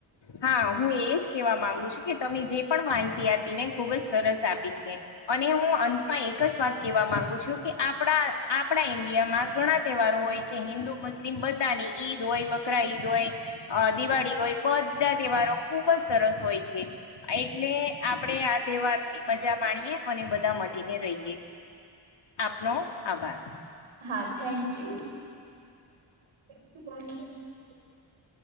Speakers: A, on the left; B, on the right.
A: હા હું એજ કેવા માંગુ છું કે તમે જે પણ માહિતી આપી ને ખુબ જ સરસ આપી છે અને હું અંતમાં એક જ વાત કહેવા માંગુ છું કે આપણા આપણા ઇન્ડિયામાં ઘણા તહેવારો હોય છે હિન્દુ મુસ્લિમ બધાની ઈદ હોય બકરા ઈદ હોય દિવાળી હોય બ ધા તહેવારો ખુબ જ સરસ હોય છે એટલે આપણેે આ તહેવારોની મજા માણીએ અને બધા મળીને રહીએ આપનો આભાર
B: હા થેન્ક યુ <inaudible>